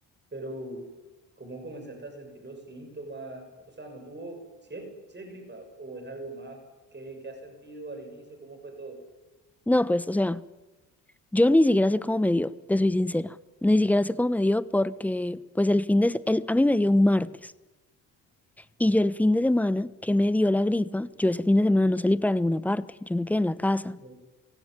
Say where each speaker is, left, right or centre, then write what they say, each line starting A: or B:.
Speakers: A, on the right (about 25°); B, in the centre.
A: Pero, ¿cómo comenzaste a sentir los síntomas? O sea, ¿no tuvo, si es, si es gripa o es algo más? ¿Qué, qué has sentido al inicio? ¿Cómo fue todo?
B: No, pues, o sea, yo ni siquiera sé cómo me dio, te soy sincera. Ni siquiera sé cómo me dio porque, pues, el fin de, se- el, a mí me dio un martes. Y yo el fin de semana que me dio la gripa, yo ese fin de semana no salí para ninguna parte, yo me quedé en la casa.
A: Ok,